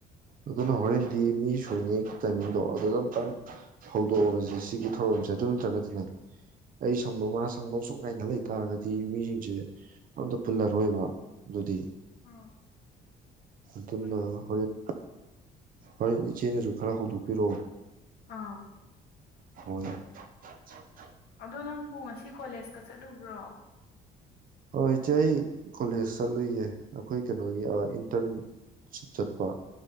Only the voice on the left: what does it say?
ꯑ
ꯍꯣꯏ ꯍꯣꯏ
ꯑꯥ
ꯑꯗꯣ ꯅꯪꯕꯨ ꯉꯁꯤ ꯀꯣꯂꯦꯖ ꯀꯆꯠꯂꯨꯕ꯭ꯔꯣ